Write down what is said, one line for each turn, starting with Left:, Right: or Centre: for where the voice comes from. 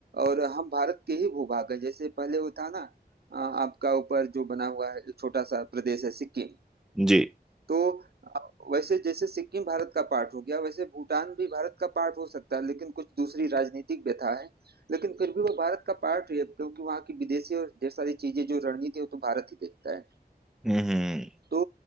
Right: और हम भारत के ही भूभाग है जैसे पहले वो था ना अ, आपका ऊपर जो बना हुआ है एक छोटा सा प्रदेश है सिक्किम
Centre: जी
Right: तो अ, वैसे जैसे सिक्किम भारत का पार्ट हो गया वैसे भूटान भी भारत का पार्ट हो सकता है लेकिन कुछ दूसरी राजनीतिक व्यथा है लेकिन फिर भी वो भारत का पार्ट ही है क्योंकि वहाँ की विदेशी और ढेर सारी चीजें जो रणनीति है वो तो भारत ही देखता है
Centre: हम्म हम्म, हम्म।
Right: तो